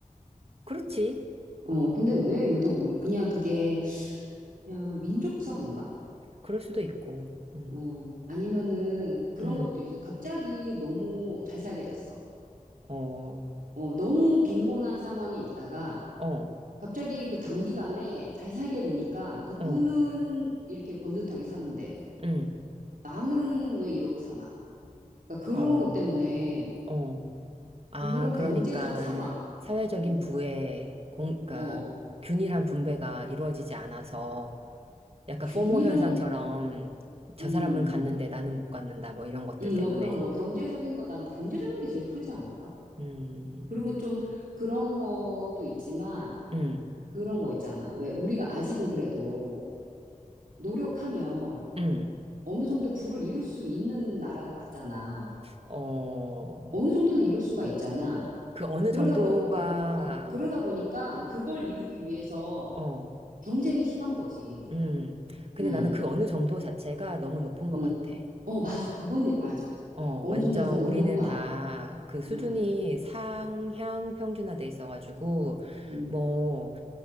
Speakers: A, on the right (about 45°); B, on the right (about 75°).
A: 그렇지.
B: 어, 근데 왜 유독 우리- 그냥 그게 그냥 민족성인가?
A: 그럴 수도 있고. 음,
B: 어, 아니면은 그런
A: 음,
B: 것도 있어요. 갑자기 너무 잘 살게 됐어.
A: 어, 어,
B: 어, 너무 빈곤한 상황에 있다가
A: 어,
B: 갑자기 그 단기간에 잘 살게 되니까 누구는
A: 어,
B: 이렇게 번듯하게 사는데
A: 음,
B: 나는 왜 이러고 사나. 그러니까 그런
A: 어,
B: 것 때문에
A: 어. 아,
B: 그런
A: 그러니까
B: 경제적 상황,
A: 사회적인
B: 음,
A: 부의 공, 그러니까
B: 어,
A: 균일한 분배가 이루어지지 않아서 약간
B: 균이란,
A: 포모 현상처럼 저
B: 음,
A: 사람은 갔는데 나는 못 갔는다 뭐 이런 것들
B: 음,
A: 때문에
B: 뭐 그런 거 경제적인 거 난 경제적인 게 제일 크지 않을까?
A: 음,
B: 그리고 좀 그런 것도 있지만
A: 음,
B: 그런 거 있잖아. 왜 우리가 아직은 그래도 노력하면
A: 음,
B: 어느 정도 부를 이룰 수 있는 나라는 맞잖아.
A: 어,
B: 어느 정도는 이룰 수가 있잖아.
A: 그 어느
B: 그러다
A: 정도가
B: 보니, 그, 아, 그러다 보니까 그걸 이루기 위해서
A: 어,
B: 경쟁이 심한 거지.
A: 음, 근데
B: 응,
A: 나는 그 어느 정도 자체가 너무 높은 것
B: 응.
A: 같아.
B: 어, 맞아. 그거는 맞아.
A: 어,
B: 어느
A: 완전
B: 정도 대가 너무
A: 우리는
B: 높아.
A: 다 그 수준이
B: 응,
A: 상향 평준화돼 있어가지고
B: 응,
A: 뭐